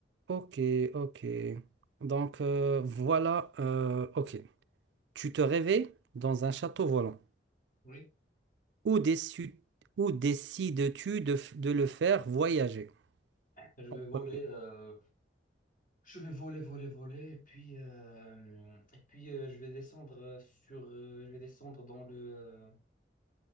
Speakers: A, on the right; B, on the left.
A: Ok, ok. Donc euh, voilà, euh, ok. Tu te réveilles dans un château volant.
B: Oui.
A: Où, déçu- où décides-tu de, f- de le faire voyager?
B: Je vais
A: en
B: voler.
A: premier
B: euh, je vais voler, voler, voler. Et puis, euh, et puis euh, je vais descendre euh, sur. euh, je vais descendre dans le. euh,